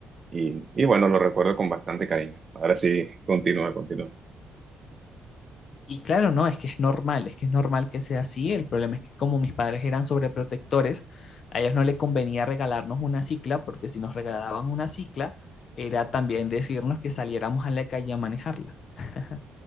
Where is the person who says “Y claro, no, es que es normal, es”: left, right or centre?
Left